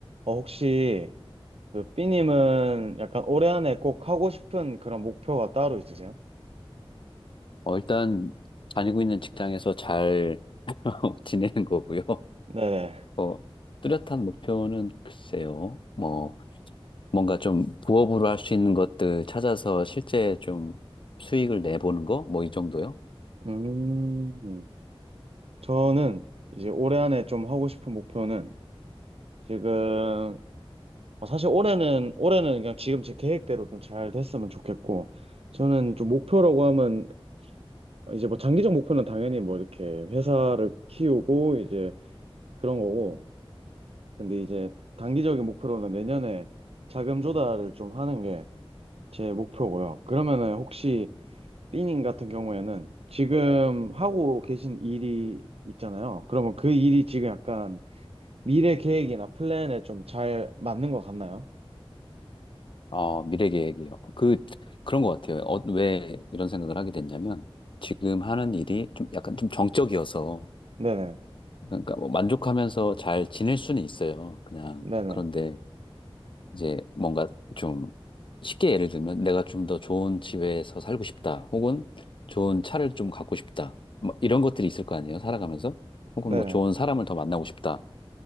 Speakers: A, on the right (about 80°); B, on the left (about 55°).
A: 어, 혹시 그 B님은 약간 올해 안에 꼭 하고 싶은 그런 목표가 따로 있으세요?
B: 어, 일단 다니고 있는 직장에서 잘 <laughs> 지내는 거고요.
A: 네네.
B: 어, 뚜렷한 목표는 글쎄요. 뭐 뭔가 좀 부업으로 할 수 있는 것들 찾아서 실제 좀 수익을 내보는 거? 뭐 이 정도요?
A: 음, 저는 이제 올해 안에 좀 하고 싶은 목표는 지금 아, 사실 올해는 올해는 그냥 지금 제 계획대로 좀 잘 됐으면 좋겠고 저는 좀 목표라고 하면 이제 뭐 장기적 목표는 당연히 뭐 이렇게 회사를 키우고 이제 그런 거고 근데 이제 단기적인 목표로는 내년에 자금 조달을 좀 하는 게 제 목표고요. 그러면은 혹시 삐님 같은 경우에는 지금 하고 계신 일이 있잖아요. 그러면 그 일이 지금 약간 미래 계획이나 플랜에 좀 잘 맞는 것 같나요?
B: 어, 미래 계획이요. 그 그런 것 같아요. 어, 왜 이런 생각을 하게 됐냐면 지금 하는 일이 좀 약간 좀 정적이어서
A: 네네,
B: 그러니까 뭐 만족하면서 잘 지낼 수는 있어요. 그냥
A: 네네,
B: 그런데 이제 뭔가 좀 쉽게 예를 들면 내가 좀 더 좋은 집에서 살고 싶다. 혹은 좋은 차를 좀 갖고 싶다. 뭐 이런 것들이 있을 거 아니에요. 살아가면서. 혹은
A: 네네,
B: 뭐 좋은 사람을 더 만나고 싶다.